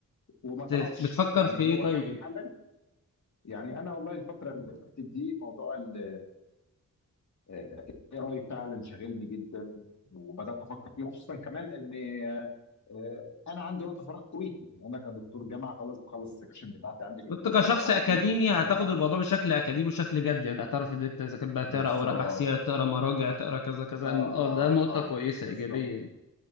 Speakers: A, on the left; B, on the left.
A: وما تقفش
B: بت- بتفكر
A: يعني
B: في ايه
A: هو
B: طيب
A: فعلا يعني انا والله الفتره اللي فاتت دي موضوع ال اي اي فعلا شاغلني جدا وبدات افكر فيه خصوصا كمان ان آه، انا عندي وقت فراغ طويل يعني انا كدكتور جامعه خلاص بخلص السكشن بتاعتي عندي في
B: وانت
A: الكليه
B: كشخص
A: وبروح
B: اكاديمي
A: ممكن
B: هتاخد
A: لا يعني
B: الموضوع بشكل اكاديمي وشكل جد يعني هتعرف ان انت اذا كان بقى تقرا
A: بالظبط
B: اوراق بحثيه تقرا مراجع تقرا كذا كذا
A: اه
B: اه
A: اه
B: ده نقطه
A: اه
B: كويسه
A: بالظبط
B: ايجابيه يعني